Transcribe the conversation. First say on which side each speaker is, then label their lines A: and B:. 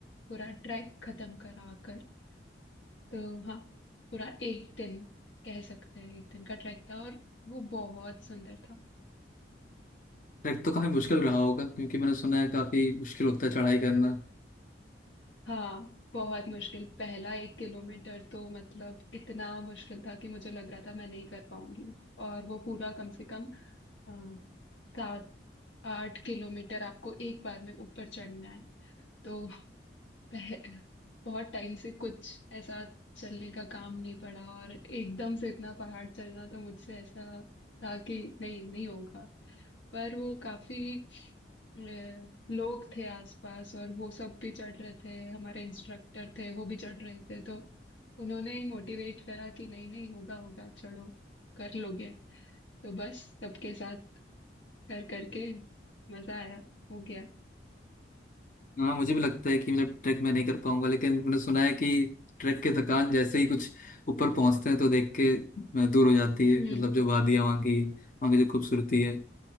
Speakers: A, on the left; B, on the left.
A: पूरा ट्रैक खत्म करा कर तो हाँ पूरा एक दिन कह सकते हैं एक दिन का ट्रैक था और वो बहुत सुंदर था
B: ट्रैक तो काफी मुश्किल रहा होगा क्योंकि मैंने सुना है काफी मुश्किल होता है चढ़ाई करना
A: हाँ बहुत मुश्किल पहला एक किलोमीटर तो मतलब इतना मुश्किल था कि मुझे लग रहा था मैं नहीं कर पाऊंगी और वो पूरा कम से कम अ, सात आठ किलोमीटर आपको एक बार में ऊपर चढ़ना है तो पह, बहुत टाइम से कुछ ऐसा चलने का काम नहीं पड़ा और एकदम से इतना पहाड़ चलना तो मुझसे ऐसा था कि नहीं नहीं होगा पर वो काफी अ, लोग थे आसपास और वो सब भी चढ़ रहे थे हमारे इंस्ट्रक्टर थे वो भी चढ़ रहे थे तो उन्होंने ही मोटिवेट करा कि नहीं नहीं होगा होगा चढ़ो कर लोगे तो बस सबके साथ कर करके मजा आया हो गया
B: हाँ मुझे भी लगता है कि मतलब ट्रैक मैं नहीं कर पाऊंगा लेकिन मैंने सुना है कि ट्रैक की थकान जैसे ही कुछ ऊपर पहुंचते हैं तो देख के अ, दूर हो जाती है
A: हम्म
B: मतलब जो वादियाँ वहाँ की वहाँ की जो खूबसूरती है